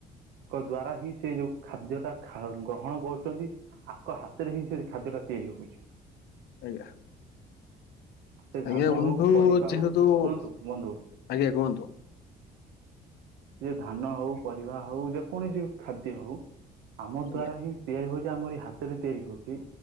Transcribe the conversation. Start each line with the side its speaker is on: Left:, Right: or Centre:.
Right: ତାଙ୍କ ଦ୍ଵାରା ହିଁ ସେ ଯଉ ଖାଦ୍ୟ ଟା ଖା-ଗ୍ରହଣ କରୁଚନ୍ତି ଆକ ହାତ ରେ ହିଁ ସେ ଖାଦ୍ୟ ଟା ତିଆରି ହଉଚି।
Left: ଆଜ୍ଞା।
Right: ସେ ଧାନ
Left: ଆଜ୍ଞା ବନ୍ଧୁ
Right: ହଉ ପରିବା ହଉ
Left: ଯେହେତୁ-ଆଜ୍ଞା
Right: ଶୁଣନ୍ତୁ ବନ୍ଧୁ
Left: କୁହନ୍ତୁ।
Right: ସେ ଧାନ ହଉ ପରିବା ହଉ ଯେକୌଣସି ଖାଦ୍ୟ ହଉ ଆମ
Left: ଆଜ୍ଞା
Right: ଦ୍ଵାରା ହିଁ ତିଆରି ହଉଚି ଆମ ଏଇ ହାତ ରେ ତିଆରି ହଉଚି।